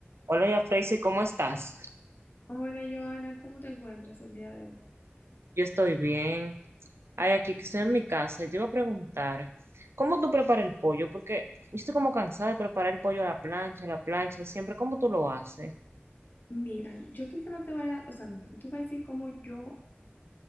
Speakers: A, on the right; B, on the left.
A: Hola, ya Tracy, ¿cómo estás?
B: Hola Joana, ¿cómo te encuentras el día de hoy?
A: Yo estoy bien. Ay, aquí que estoy en mi casa y te iba a preguntar, ¿cómo tú preparas el pollo? Porque yo estoy como cansada de preparar el pollo a la plancha, a la plancha, siempre. ¿Cómo tú lo haces?
B: Mira, yo quizá no te vaya, o sea, mira, yo te voy a decir cómo yo